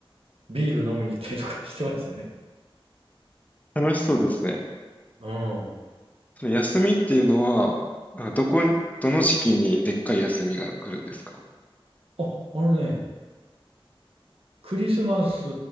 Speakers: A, on the right; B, on the left.
A: ビール飲みに行ったりとかしてましたね。
B: 楽しそうですね。
A: うん。
B: その休みっていうのは、なんかどこ、どの時期にでっかい休みが来るんですか
A: あ、あのね、クリスマス